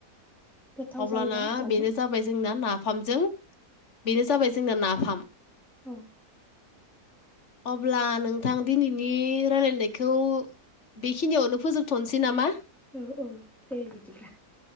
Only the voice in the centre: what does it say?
गोथाव
जायोना जानो
औ।
औ औ दे बिदिब्ला